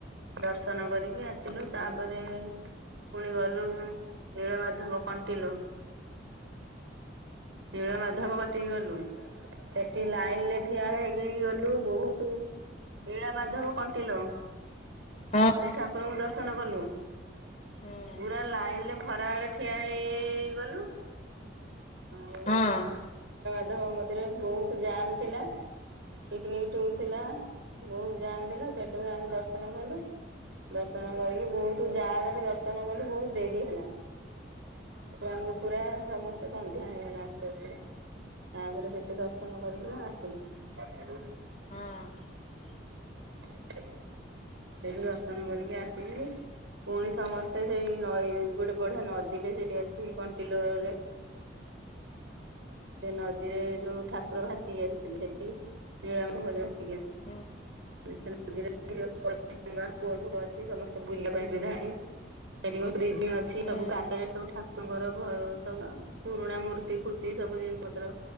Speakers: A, on the right; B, on the left.
A: ଦର୍ଶନ କରିକି ଆସିଲୁ, ତାପରେ ପୁଣି ଗଲୁ ନୀଳମାଧବ। କଣ୍ଟିଲୋ, ନୀଳ ମାଧବ କତିକି ଗଲୁ। ସେଠି ଲାଇନ ରେ ଠିଆ ହେଇକି ଗଲୁ ବହୁତ ନୀଳ ମାଧବ କଣ୍ଟିଲୋ।
B: ହଁ ହଁ
A: ସେଇ ଠାକୁରଙ୍କୁ ଦର୍ଶନ କଲୁ।
B: ହୁଁ
A: ପୁରା ଲାଇନ ଖରା ବେଳେ ଠିଆ ହେଇ ହେଇ ଗଲୁ। ଆଉ
B: ହଁ ଅଁ
A: <unintelligible> ବହୁତ ଜାମ ଥିଲା। ପିକନିକ ଟୁର ଥିଲା। ବହୁତ ଜାମଥିଲା। ସେଠୁ ଆମେ ଦର୍ଶନ କଲୁ। ଦର୍ଶନ କରିକି ବହୁତ ଯାହା କଲେ ଦର୍ଶନ କଲୁ, ବହୁତ ଡେରି ହେଲା। ଛୁଆଙ୍କୁ ପୁରା ସମସ୍ତେ ସନ୍ଧ୍ୟା ହେଇଗଲା। ଆସ ତାପରେ ସେଠି ଦର୍ଶନ କରିକି ମୁ ଆସିଲି।
B: ହଁ ଅଁ
A: ସେଠୁ ଦର୍ଶନ କରିକି ଆସିଲି। ପୁଣି ସମସ୍ତେ ସେଇ ନଈ ଗୋଟେ ବଢିଆ ନଦୀରେ ସେଇଠି ଅଛି, କଣ୍ଟିଲୋ ରେ। ସେ ନଦୀରେ ଯୋଉ ଠାକୁର ଭାସିକି ଆସିଥିଲେ ସେଠି। <unintelligible>
B: ହୁଁ
A: ବୁଲିବା ପାଇଁ ସୁବିଧା ଅଛି। ସେଠି <unintelligible> ଅଛି
B: ହୁଁ
A: ସବୁ କାରେ ସବୁ ଠା ତାଙ୍କର ଘର ସବୁ ପୁରୁଣା ମୂର୍ତ୍ତି ଫୁର୍ତ୍ତି ସବୁ ଜିନିଷ ପତ୍ର